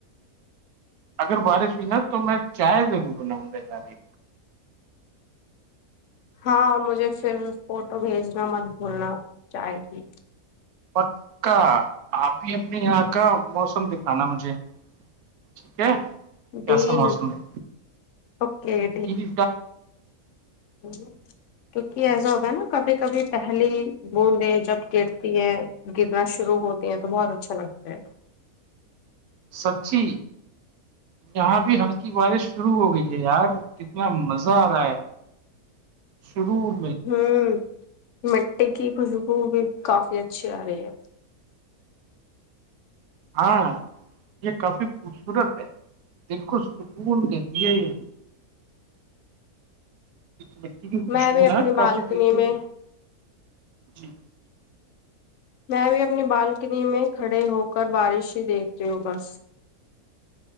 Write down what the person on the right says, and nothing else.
اگر بارش ہوئی نا تو میں چائے ضرور بناؤں گا گاری
پکا آپ بھی اپنے یہاں کا موسم دکھانا مجھے ٹھیک ہے کیسا
موسم ہے
جی
سچی یہاں بھی ہلکی بارش شروع ہو گئی ہے یار کتنا مزہ آ رہا ہے شروع
ہاں یہ کافی خوبصورت ہے دل کو سکون دیتی ہے یہ مٹی خوشبو
نا
کافی
دل کی
خوش- جی